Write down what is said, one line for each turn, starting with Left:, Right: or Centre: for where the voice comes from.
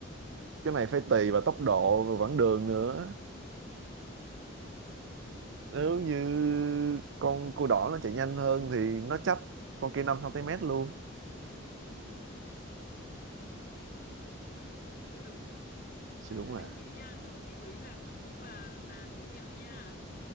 Right: cái này phải tùy vào tốc độ và quãng đường nữa nếu như con cua đỏ nó chạy nhanh hơn thì nó chấp con kia 5 cm luôn
Left: Chưa đúng.
Right: sẽ
Left: Lưu
Right: đúng à
Left: ý nha, lưu lưu ý là cũng là là đố mẹo nha.